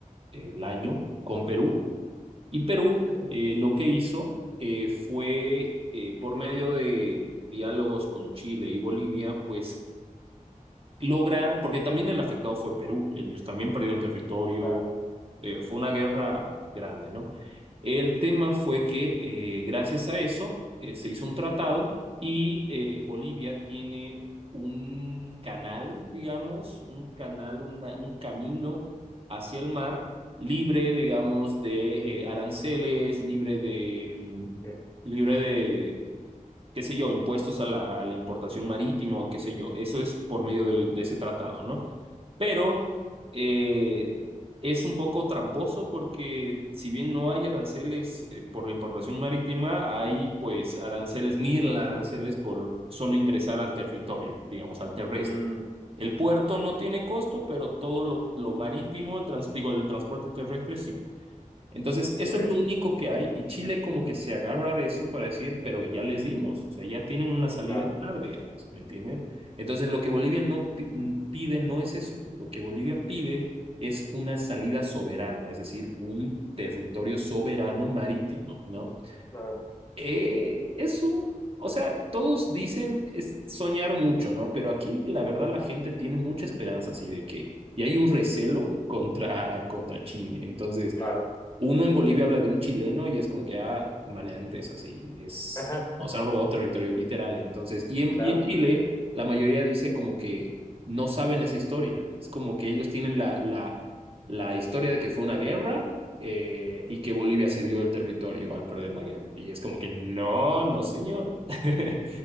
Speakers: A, on the right; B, on the left.
A: el año, con Perú, Y Perú
B: Ok,
A: eh, lo que hizo eh, fue, eh, por medio de diálogos con Chile y Bolivia, pues lograr, porque también el afectado fue Perú, ellos también perdieron territorio,
B: claro.
A: eh, fue una guerra grande, ¿no? El tema fue que eh, gracias a eso eh, se hizo un tratado y eh, Bolivia tiene un canal, digamos, un canal, una- un camino hacia el mar libre, digamos, de eh, aranceles, libre de, mm,
B: ok.
A: libre de, de, qué sé yo, impuestos a la, a la importación marítima o qué sé yo. Eso es por medio del- de ese tratado, ¿no? pero eh, es un poco tramposo porque si bien no hay aranceles eh, por la importación marítima, hay pues aranceles, mil aranceles por solo ingresar al territorio, digamos, al terrestre.
B: Mm,
A: El puerto no tiene costo, pero todo lo, lo marítimo, el trans- digo, el transporte terrestre sí. Entonces, eso
B: ok,
A: es lo único que hay y Chile como que se agarra de eso para decir, pero ya les dimos, o sea, ya tienen una salida
B: claro,
A: a ganar, digamos, ¿me entienden? Entonces, lo que Bolivia no pi- pide no es eso, lo que Bolivia pide es una salida soberana, es decir, un territorio soberano marítimo, ¿no?
B: claro,
A: Eh, es un, o sea, todos dicen es soñar mucho, ¿no? Pero aquí la verdad la gente tiene mucha esperanza así de que, y hay un recelo contra, contra Chile, entonces...
B: claro.
A: Uno en Bolivia habla de un chileno y es como que, ah, maleantes, así, es,
B: Ajá,
A: nos han robado territorio literal. Entonces, y en,
B: sí, claro.
A: y en Chile, la mayoría dice como que no saben esa historia. Es como que ellos tienen la, la, la historia de que fue una guerra eh,
B: Ujú.
A: y que Bolivia cedió el territorio al perder la guerra. Y es como que, no, no, señor. <laughs>